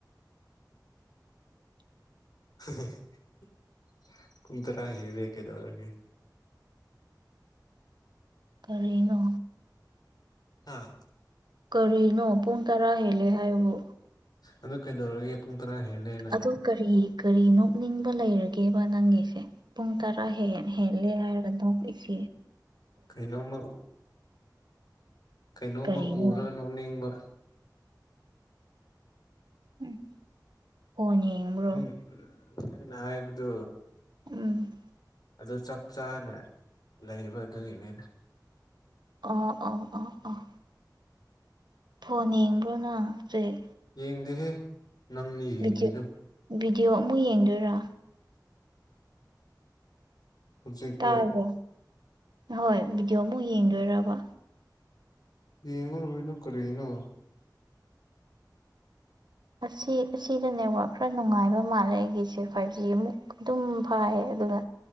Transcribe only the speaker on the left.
<unintelligible> ꯄꯨꯡ ꯇꯥꯔꯥ ꯍꯦꯜꯂꯦ ꯀꯩꯗꯧꯔꯒꯦ
ꯑꯥ
ꯑꯗꯨ ꯀꯩꯗꯧꯔꯒꯦ ꯄꯨꯡ ꯇꯔꯥ ꯍꯦꯂꯦꯅ
ꯀꯩꯅꯣꯃ ꯀꯩꯅꯣꯃ
ꯎꯔ ꯅꯣꯛ ꯅꯣꯛꯅꯤꯡꯕ
ꯅꯪ ꯅꯪꯅ ꯍꯥꯏꯕꯗꯨ
ꯑꯗꯨ ꯆꯥꯛ ꯆꯥꯅ ꯂꯩꯕ ꯑꯗꯨꯒꯤꯅꯤꯗ
ꯌꯦꯡꯗꯦꯍꯦ ꯅꯪꯅꯤ
ꯌꯦꯡꯉꯤꯗꯨ
ꯍꯧꯖꯤꯛꯂꯣ
ꯌꯦꯉꯔꯣꯏꯗ ꯀꯔꯤꯅꯣ